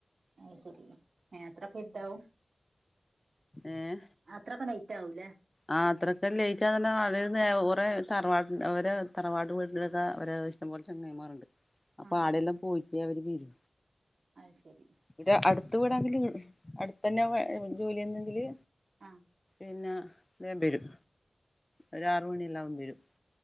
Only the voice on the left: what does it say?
ഏഹ്‌
ആഹ് അത്രക്കെ ലയിറ്റവോ ന്നാർഞാ ഓറെ തറവാട്ട അവരെ തറവാട് വീട്ടിലൊക്കെ അവരെ <unintelligible> ഇഷ്ടം പോലെ ചെങ്ങയമാർണ്ട് അപ്പൊ
ആടെയെല്ലാം പോയിട്ടേ അവര് വെരു
ഇവിടെ അടുത്ത് വീടാണങ്കിൽ അടുത്ത തന്നെ ജോലിന്നെങ്കില്
പിന്നെ ബേബേരും ഒരാറുമണില്ലാവും ബേരും